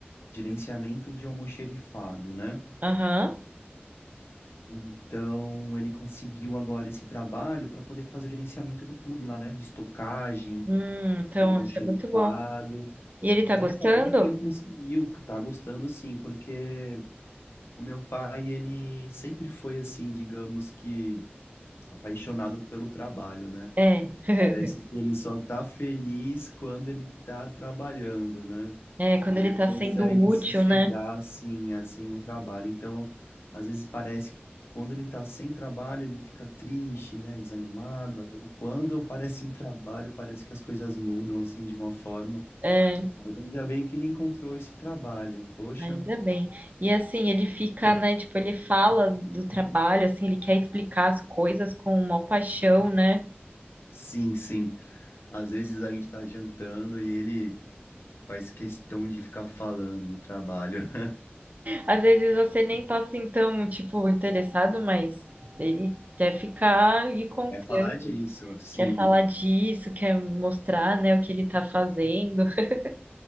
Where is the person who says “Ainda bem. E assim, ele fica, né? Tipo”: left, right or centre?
Right